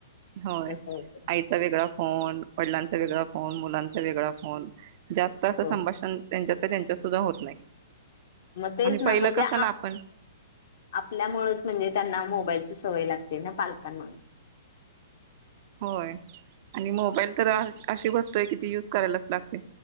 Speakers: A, on the right; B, on the left.
A: होय
B: तस होते.
A: आईचा वेगळा फोन वडिलांचा वेगळा फोन मुलांचा वेगळा फोन जास्त असं
B: हो
A: संभाषण त्यांच्यात त्यांच्यात सुद्धा होत नाही.
B: मग तेच
A: आणि
B: ना
A: पहिलं
B: म्हणजे
A: कसं
B: आप-
A: ना आपण
B: आपल्यामुळेच म्हणजे त्यांना मोबाईलची सवय लागते ना पालकांमुळे.
A: होय आणि मोबाईल तर अशी वस्तू आहे की ती यूज करायलाच लागते.